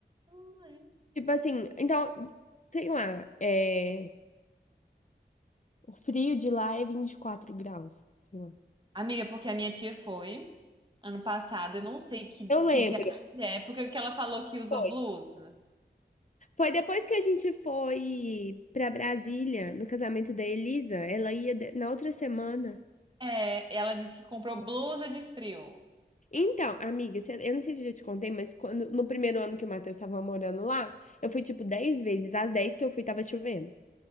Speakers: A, on the right; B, on the left.
A: Ah, é.
B: Tipo assim, então, sei lá, é... o frio de lá é 24 graus. sei lá.
A: Amiga, porque a minha tia foi ano passado, eu não sei que,
B: Eu lembro.
A: que diabo de época que ela falou que usou
B: Foi
A: blusa.
B: Foi depois que a gente foi pra Brasília, no casamento da Elisa. Ela ia de- na outra semana.
A: É, ela disse que comprou blusa de frio.
B: Então, amiga, cê- eu não sei se eu já te contei, mas quando, no primeiro ano que o Matheus estava morando lá, eu fui tipo 10 vezes. As 10 que eu fui, tava chovendo.